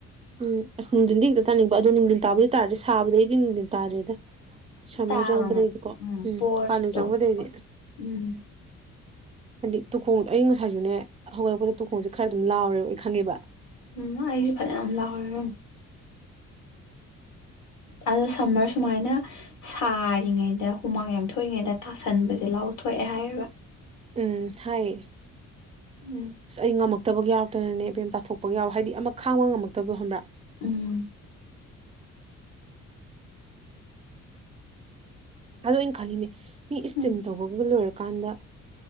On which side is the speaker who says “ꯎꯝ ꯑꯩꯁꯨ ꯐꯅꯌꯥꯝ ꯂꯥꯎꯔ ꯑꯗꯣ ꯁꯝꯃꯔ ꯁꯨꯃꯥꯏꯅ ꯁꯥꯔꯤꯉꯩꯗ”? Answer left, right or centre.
Left